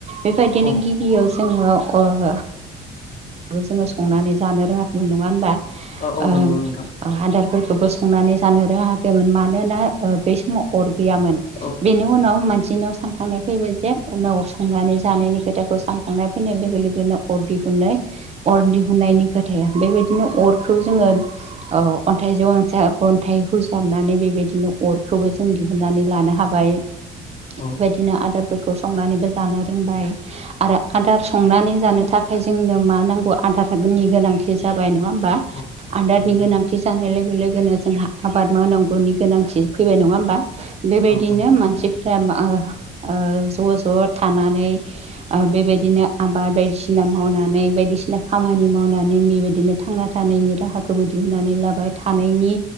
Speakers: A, on the right (about 40°); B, on the left (about 50°).
A: बेबायदिनो
B: औ
A: गिबियाव जोङो अर जोङो संनानै जानो रोङाखैमोन नङा होनबा
B: औ औ
A: ओ
B: नंगौ नोंथां
A: ओ आदारफोरखौबो संनानै जानो रोङाखैमोन मानोना ओ बै समाव अर गैयामोन
B: औ
A: बेनि
B: औ
A: उनाव मान सिनाव सानखांनाय फैबाय जे उनाव संनानै जानायनि खोथाखौ सानखांनाय फैनाय लोगो लोगोनो अर दिहुनाय अर दिहुननायनि खोथाया बेबायदिनो अरखौ जोङो औ अन्थाइजों असाय अन्थाइ हुजाबनानै बेबायदिनो अरखौबो जों दि हुननानै लानो हाबाय बेबायदिनो
B: औ
A: आदारफोर संनानैबो जानो रोंबाय आरो आदार संनानै जानो थाखाय जोंनो मा नांगौ आदारनि गोनांथि जाबाय
B: औ
A: आदारनि
B: नंगौ
A: गोनांथि जानाय लोगो लोगोनो जोंहा आबाद मावनांगौनि गोनांथि फैबाय नङा होमबा? बेबायदिनो
B: औ औ
A: मानसिफोरा ओ ओ ज' ज' थानानै ओ बेबायदिनो आबाद बायदिसिना मावनानै बायदिसि सिना खामानि मावनानै बेबायदिनो थांना थानायनि राहाखौबो दिहुननानै लाबाय थानायनि